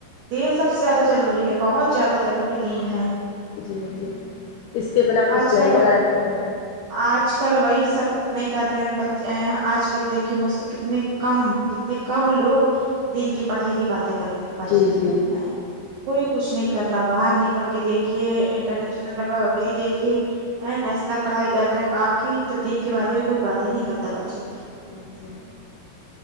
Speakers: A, on the right (about 80°); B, on the left (about 80°).
A: دین سب سے زیادہ ضروری ہے بہت زیادہ ضروری دین ہے
B: جی جی اس کے بنا کچھ
A: آج
B: نہیں
A: کل
B: ہے لائف میں
A: آج کل وہی سب نہیں کر رہے ہیں بچے آج کل دیکھیے م کتنے کم کتنے کم لوگ دین کی پڑھائی کی باتیں کرتے ہیں باجی
B: جی جی جی
A: ا کوئی کچھ نہیں کر رہا باہر نکل کے دیکھیے انٹرنیشنل لے وہی دیکھیے نیسنل پڑھائی کر رہے ہیں باقی تو دین کے بارے میں کوئی بات ہی نہیں کرتا باچی
B: جی جی